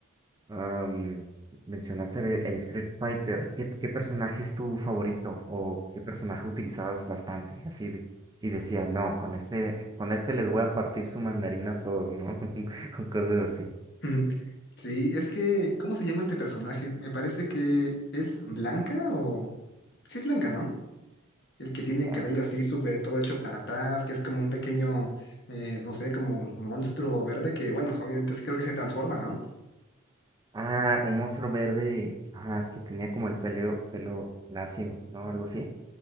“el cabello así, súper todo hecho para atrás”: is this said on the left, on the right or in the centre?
Left